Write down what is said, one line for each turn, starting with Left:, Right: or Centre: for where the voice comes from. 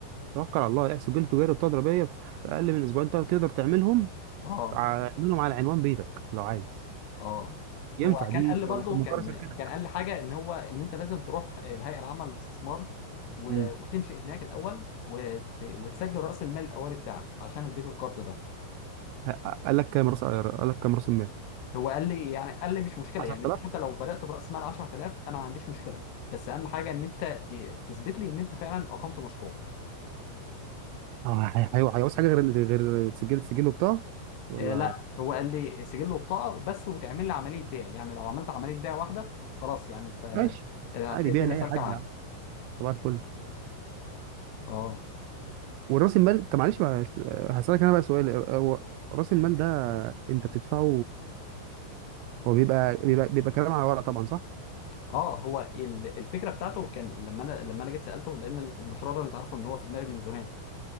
Right: توكل على الله يعني سجل تجاري بطاقه ضريبيه في اقل من اسبوعين تقدر تقدر تعملهم
Left: اه
Right: ع- اعملهم على عنوان بيتك لو عايز
Left: اه
Right: ينفع
Left: هو
Right: دي
Left: كان قال
Right: تبقى
Left: لي برضه
Right: مك- مقر
Left: كان
Right: شركتك
Left: كان قال لي حاجه ان هو ان انت لازم تروح الهيئه العامه للاستثمار و-
Right: امم
Left: وتنشئ هناك الاول وت... وتسجل راس المال الاولي بتاعك عشان اديك الكارد ده
Right: ه- قال لك كام راس قال لك كام راس المال
Left: هو قال لي يعني قال لي مش مشكله
Right: 10000
Left: يعني انت حتى لو بدات براس مال 10000 انا ما عنديش مشكله بس اهم حاجه ان انت ت- تثبت لي ان انت فعلا اقمت مشروع
Right: اه هي- هي- هيعوز حاجه غير غير سجل سجل وبطاقه ولا
Left: آه لا هو قال لي سجل له بطاقه بس وتعمل لي عمليه بيع يعني لو عملت عمليه بيع واحده خلاص يعني انت
Right: ماشي
Left: آه،
Right: عادي
Left: هتلاقي
Right: بيع
Left: الدنيا
Right: لاي
Left: سالكه
Right: حد
Left: معانا
Right: يا عم صباح الفل
Left: اه
Right: والراس المال طب معلش بقى هسألك انا بقى سؤال هو راس المال ده انت بتدفعه هو بيبقى بيبقى, بيبقى كلام على ورق طبعا صح؟
Left: اه هو ال- الفكره بتاعته كان لما انا لما انا جيت سالته لان ال- المشروع ده انت عارفه ان هو في دماغي من زمان